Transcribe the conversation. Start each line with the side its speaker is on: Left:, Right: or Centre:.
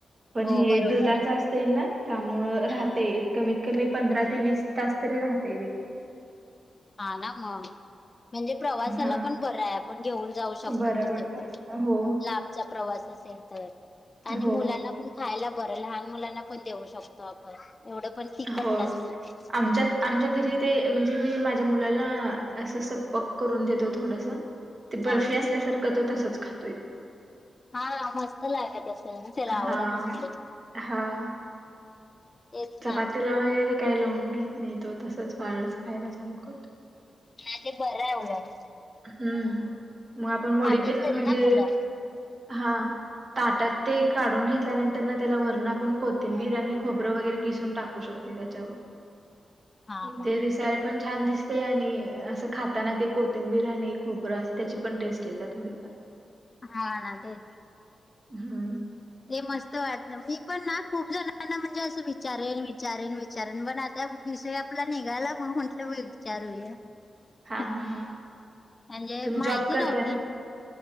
Right: पण
Left: हो
Right: हे
Left: बरोबर
Right: दुधाच अस त्यामुळे, राहते
Left: हा
Right: कमीत कमी पंधरा ते वीस तास तरी राहते ते.
Left: हा ना मग म्हणजे प्रवासाला
Right: हा
Left: पण बरं आहे. पण घेऊन जाऊ शकतो
Right: बरं
Left: कुठे
Right: पडते
Left: पण
Right: हो
Left: लांबचा प्रवास असेल तर? आणि
Right: हो हो
Left: मुलांना पण खायला बरं लहान मुलांना पण देऊ शकतो आपण. एवढं पण तिखट
Right: होय
Left: नसतं ते.
Right: आमच्यात, आमच्या घरी ते म्हणजे मी माझ्या मुलाला असं सपक करून देतो थोडस. ते
Left: हा
Right: बर्फी असल्यासारखं तो तसच खातोय,
Left: हा मस्त लागत असेल ना त्याला
Right: हा
Left: आवडत असेल.
Right: हा
Left: तेच ना.
Right: चपातीला वगैरे काही लावून घेत नाही तो तसच वाळच खायला चालू करतो.
Left: नाही ते बरं आहे उलटं
Right: हम्म मग आपण वडी
Left: खातात
Right: तेन
Left: तरी
Right: म्हणजे
Left: ना मुलं
Right: हा. ताटात ते काढून घेतल्यानंतर ना त्याला वरण आपण कोथिंबीर खोबरं वगैरे किसून टाकू शकतो. त्यांच्यावर,
Left: हा मग
Right: ते दिसायला पण छान दिसतय आणि असं खाताना ते कोट. कोथिंबीर आणि खोबर त्याची पण टेस्ट येत थोडेफार,
Left: हा ना ते,
Right: हा
Left: ते मस्त वाटत मी पण ना खूप जणांना म्हणजे असं विचारेन विचारेन कारण पण आत्ता विषय आपला निघाला मग म्हंटलं विचारुया,
Right: हा
Left: म्हणजे
Right: हा हा तुम्ही
Left: माहिती
Right: जॉब करताय
Left: नव्हत ना